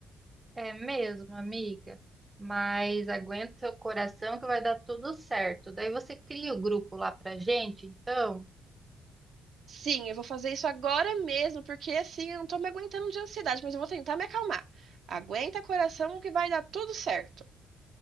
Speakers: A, on the right; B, on the right.
A: É mesmo, amiga. Mas aguenta o coração que vai dar tudo certo. Daí você cria o grupo lá pra gente, então?
B: Sim, eu vou fazer isso agora mesmo, porque assim eu não tô me aguentando de ansiedade, mas eu vou tentar me acalmar. Aguenta coração que vai dar tudo certo.